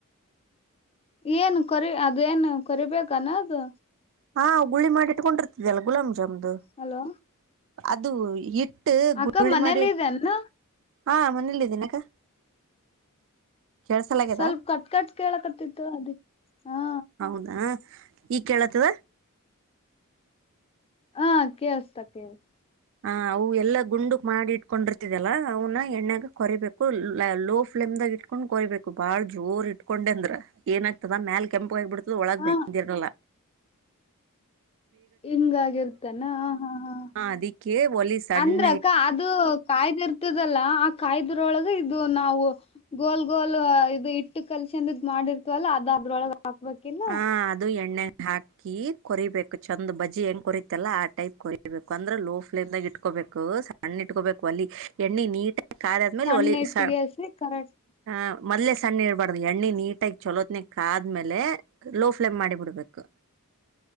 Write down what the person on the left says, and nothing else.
ಏನು ಕೊರಿ ಅದೇಏನು ಕೊರಿಬೇಕಾನ ಅದು.
ಹಲೋ.
ಅಕ್ಕ
ಮನೇಲಿ
ಇದೆನ್ನ
ಸ್ವಲ್ಪ ಕಟ್ ಕಟ್ ಕೇಳಕತ್ತಿತ್ತು ಅದಿಕ್ಕೆ ಹಾ
ಹಾ ಕೇಳ್ಸ್ತಾ ಕೇೇಳತಾ.
ಹಾ
ಹಿಂಗಾಗಿರ್ತಾನ ಹ ಹಾ ಹಾ
ಅಂದ್ರ.
ಅದು ಕಾಯ್ದ ಇರ್ತದಲ್ಲ ಆ ಕಾಯ್ದರೊಳಗೆ ಇದು ನಾವು. ಗೋಲ್ ಗೋಲ್ ಇದು ಇಟ್ಟು ಕಲ್ಸಿಂದ ಇದ್ ಮಾಡಿರ್ತವಲ್ಲ ಅದ ಅದ್ರೊಳಗ ಹಾಕ್ಬೇಕಿಲ್ಲ
ಸಣ್ಣ
ಇಟ್ಟಿಗೆ
ಹಸಿ ಕರೆಕ್ಟ್